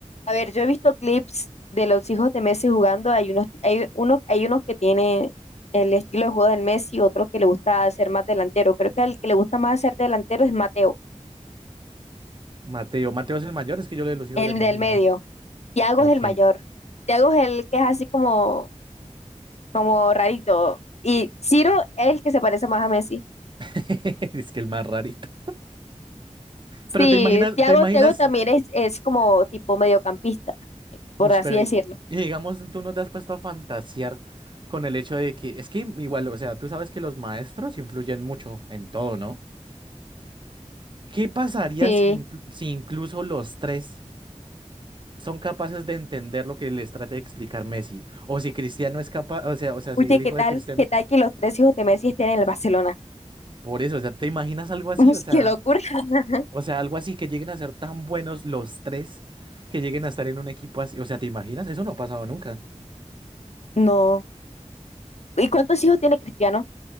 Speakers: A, on the left; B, on the right.
A: a ver, yo he visto clips de los hijos de Messi jugando, hay unos, hay unos, hay unos que tienen el estilo de juego del Messi, otro que le gusta ser más delantero. Creo que el que le gusta más ser delantero es Mateo,
B: Mateo, Mateo es el mayor, es que yo lo de los hijos
A: el
B: de Messi
A: del
B: no.
A: medio. Tiago
B: Ok.
A: es el mayor. Tiago es el que es así como, como rarito. Y Ciro es el que se parece más a Messi.
B: <laughs> Es que el más rarito.
A: Sí,
B: Pero te imaginas,
A: Tiago,
B: te imaginas,
A: Tiago también es, es como tipo mediocampista, por
B: uy,
A: así
B: pero
A: decirlo.
B: y, y digamos, tú no te has puesto a fantasear con el hecho de que, es que igual, o sea, tú sabes que los maestros influyen mucho en todo, ¿no? ¿Qué pasaría
A: Sí.
B: si, inclu- si incluso los tres son capaces de entender lo que les trate de explicar Messi. O si Cristiano es capaz, o sea, o sea,
A: Oye,
B: si el
A: ¿qué
B: hijo
A: tal?
B: de Cristiano.
A: ¿Qué tal que los tres hijos de Messi estén en el Barcelona?
B: Por eso, o sea, ¿te imaginas
A: <laughs>
B: algo así?
A: Uy,
B: O sea,
A: qué locura. <laughs>
B: o sea, algo así que lleguen a ser tan buenos los tres que lleguen a estar en un equipo así. O sea, ¿te imaginas? Eso no ha pasado nunca.
A: No. ¿Y cuántos hijos tiene Cristiano?